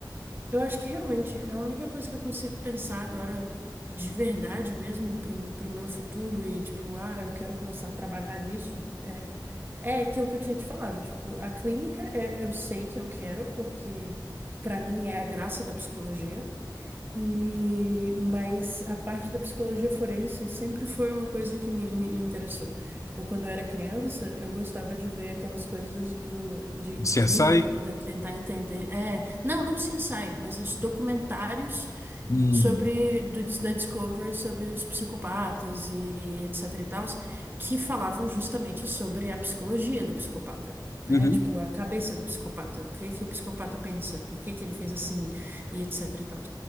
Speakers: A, on the right (about 25°); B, on the left (about 40°).
A: Eu acho que realmente a única coisa que eu consigo pensar agora, de verdade mesmo, pro, pro meu futuro e, tipo, ah, eu quero começar a trabalhar nisso, é, é aquilo que eu tinha te falado. Tipo, a clínica é, eu sei que eu quero, porque pra mim é a graça da psicologia. E, mas a parte da psicologia forense sempre foi uma coisa que me, me, me interessou. Tipo, quando eu era criança, eu gostava de ver aquelas coisas do, de, de
B: CSI?
A: crime para poder tentar entender. É, não, não CSI, mas os documentários
B: Hum,
A: sobre do, da Discovery sobre os psicopatas e etc e tal, que falavam justamente sobre a psicologia do psicopata, né?
B: uhum,
A: Tipo, a cabeça do psicopata, o que que o psicopata pensa, por que que ele fez assim e etc e tal.